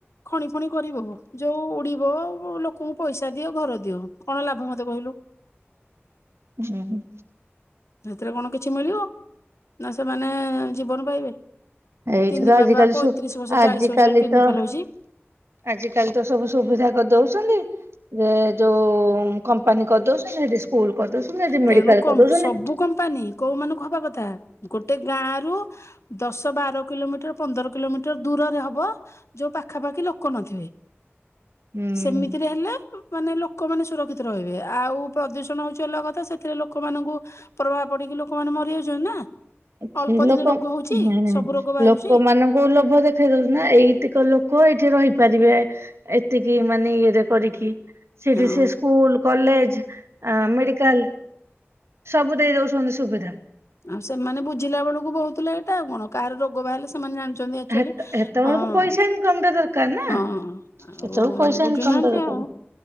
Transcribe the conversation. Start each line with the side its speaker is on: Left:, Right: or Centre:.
Left: ଖଣି ଫଣି କରିବ ଯୋଉ ଉଡ଼ିବ ଲୋକଙ୍କୁ ପଇସା ଦିଅ ଘର ଦିଅ, କଣ ଲାଭ ମତେ କହିଲୁ?
Right: ହୁଁ ହୁଁ।
Left: ସେଥିରେ କଣ କିଛି ମିଳିବ ନା ସେମାନେ ଜୀବନ ପାଇବେ।
Right: ଏଇଠିତ
Left: ତିନି ବାବା
Right: ଆଜିିକାଲି
Left: ପଇଁତିରିଶ
Right: ସୁ
Left: ବର୍ଷ
Right: ଆଜିକାଲିତ
Left: ଚାଳିଶ ବର୍ଷରେ କିଡନୀ ଫେଲ ହଉଛି
Right: ଆଜିକାଲିତ ସବୁ ସୁବିଧା କରି ଦଉଚନ୍ତି। ଏ ଯୋଉ କମ୍ପାନୀ କରିଦଉଛନ୍ତି ସେଠି ସ୍କୁଲ କରିଦଉଛନ୍ତି ସେଠି
Left: ତେଣୁ
Right: ମେଡିକାଲ୍ କରିଦଉଛନ୍ତି।
Left: ସବୁ କମ୍ପାନୀ କୋଉ ମାନଙ୍କୁ ହବା କଥା ଗୋଟେ ଗାଁରୁ ଦଶ ବାର କିଲୋମିଟର୍ ପନ୍ଦର କିଲୋମିଟର୍ ଦୂରରେ ହବ ଯୋଉ ପାଖାପାଖି ଲୋକ ନଥିବେ।
Right: ହୁଁ
Left: ସେମିତିରେ ହେଲେ ମାନେ ଲୋକମାନେ ସୁରକ୍ଷିତ ରହିବେ ଆଉ ପ୍ରଦୂଷଣ ହଉଚି ଅଲଗା କଥା ସେଥିରେ ଲୋକମାନଙ୍କୁ ପ୍ରଭାବ ପଡିକି ଲୋକମାନେ ମରି ଯାଉଛନ୍ତି ନା।
Right: ଏ କି
Left: ଅଳ୍ପ
Right: ଲୋକ
Left: ଦିନେ ରୋଗ ହଉଛି
Right: ନାଇଁ ନାଇଁ
Left: ସବୁ ରୋଗ ବାହାରୁଛି
Right: ଲୋକମାନଙ୍କୁ ଲୋଭ ଦେଖ ଦେଖେଇ ଦଉଛନ୍ତିନା ଏଇତିକ ଲୋକ ଏଇଠେ ରହିପାରିବେ ଏତିକି ମାନେ ଇଏରେ କରିକି ସେଇଠେ
Left: ହଁ
Right: ସେ ସ୍କୁଲ କଲେଜ ଆଁ ମେଡିକାଲ ସବୁ ଦେଇ ଦଉସନ୍ତି ସୁବିଧା।
Left: ଆ ସେମାନେ ବୁଝିଲା ବେଳକୁ ବହୁତ ଲେଟ ଆଉ କଣ କାହାର ରୋଗ ବାହାରିଲେ ସ ସେମାନେ ଜାଣିଛନ୍ତି ଆକ୍ଚୁଆଲି
Right: ହେତ ହେତେବେଳକୁ
Left: ହଁ
Right: ପଇସା ଇନକମ ଟା ଦରକାର ନା
Left: ହଁ ଆଉ
Right: ସେତେବେଳକୁ ପଇସା
Left: ବୁଝୁନାହାନ୍ତି
Right: ଇନକମ ଟା ଦରକାର।
Left: ଆଉ